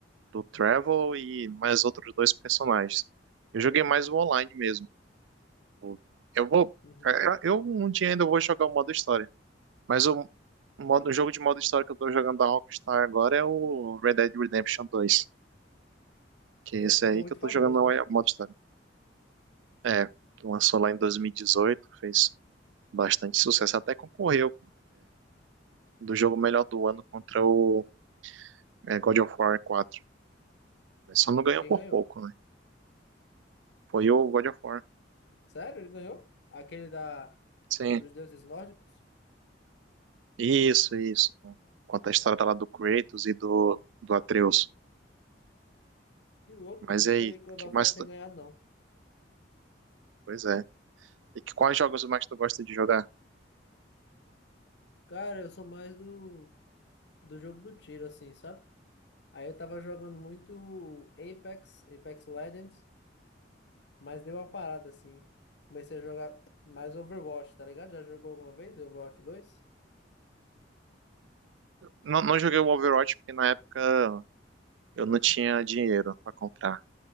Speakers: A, on the right (about 85°); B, on the left (about 70°).
A: do Trevor e mais outros dois personagens. Eu joguei mais o online mesmo. O- Eu vou.
B: Uhum.
A: é, Eu um dia ainda vou jogar o modo história. Mas o, modo, o jogo de modo história que eu tô jogando da Rockstar agora é o Red Dead Redemption 2. Que
B: Esse
A: é esse
B: ficou
A: aí
B: muito
A: que eu tô
B: famoso,
A: jogando o
B: né?
A: modo história. É, que lançou lá em 2018, fez bastante sucesso. Até concorreu do jogo melhor do ano contra o é, God of War 4. Mas só não ganhou
B: Quem
A: por
B: ganhou?
A: pouco, né? Foi o God of War.
B: Sério? Ele ganhou? Aquele da
A: Sim,
B: dos deuses nórdicos?
A: isso, isso. Conta a história lá do Kratos e do, do Atreus.
B: Que louco, bicho.
A: Mas
B: Eu não
A: e aí,
B: sabia que o Godofó
A: que mais
B: tinha
A: tu...
B: ganhado, não.
A: Pois é. E que, quais jogos mais tu gosta de jogar?
B: Cara, eu sou mais do, do jogo do tiro, assim, sabe? Aí eu tava jogando muito Apex, Apex Legends, mas deu uma parada, assim. Comecei a jogar mais Overwatch, tá ligado? Já jogou alguma vez Overwatch dois
A: Não, não joguei o Overwatch porque na época eu não tinha dinheiro pra comprar.